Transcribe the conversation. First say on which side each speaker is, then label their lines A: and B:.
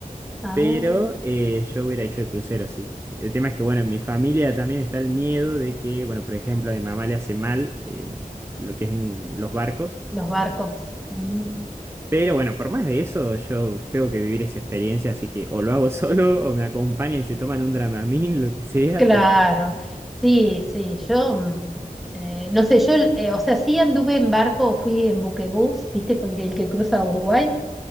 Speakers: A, in the centre; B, on the right.
A: Ah.
B: Pero eh, yo hubiera hecho el crucero, sí. El tema es que, bueno, en mi familia también está el miedo de que, bueno, por ejemplo, a mi mamá le hace mal eh, lo que es un- los barcos.
A: los barcos. Mm.
B: Pero bueno, por más de eso, yo tengo que vivir esa experiencia, así que o lo hago <laughs> solo o me acompañan y se toman un Dramamine, lo que sea,
A: Claro,
B: pero
A: sí, sí, yo, mm, eh, no sé, yo, eh, o sea, sí anduve en barco, fui en buquebús, viste, con el que cruza Uruguay,